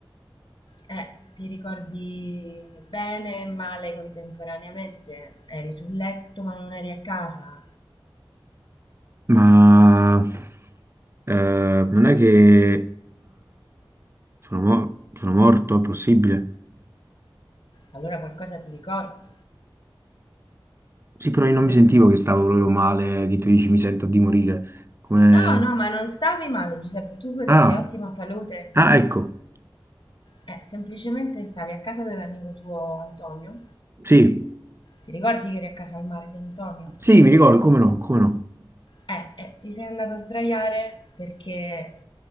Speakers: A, on the left (about 60°); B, on the right (about 30°).
A: Eh, ti ricordi bene e male contemporaneamente? Eri sul letto ma non eri a casa?
B: Ma eh, non è che eh, sono, mo- sono morto, è possibile?
A: Allora qualcosa ti ricordi?
B: Sì, però io non mi sentivo che stavo proprio male, che tu dici mi sento di morire. Come...
A: No, no, ma non stavi male Giuseppe, tu godevi
B: Ah,
A: di ottima salute.
B: ah, ecco,
A: Eh, semplicemente stavi a casa dell'amico tuo Antonio?
B: sì.
A: Ti ricordi che eri a casa al mare di Antonio?
B: Sì, mi ricordo, come no, come no.
A: Eh, eh, ti sei andato a sdraiare perché